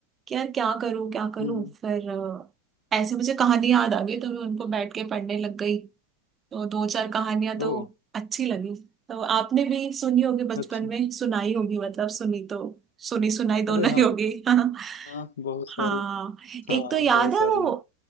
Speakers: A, on the right; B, on the left.
A: कि यार क्या करूं क्या करूं
B: हम्म
A: फिर अ, ऐसे मुझे कहानी याद आ गई तो मैं उनको बैठ के पढ़ने लग गई तो दो चार कहानियां तो
B: ओ
A: अच्छी लगी तो आपने भी सुनी होगी बचपन
B: अच्छा
A: में सुनाई होगी मतलब सुनी तो सुनी सुनाई
B: अरे
A: दोनों
B: हाँ
A: ही होगी <laughs> हाँ
B: हाँ बहुत सारे
A: हाँ
B: हाँ
A: एक तो याद
B: बहुत
A: है
B: सारी
A: वो
B: हैं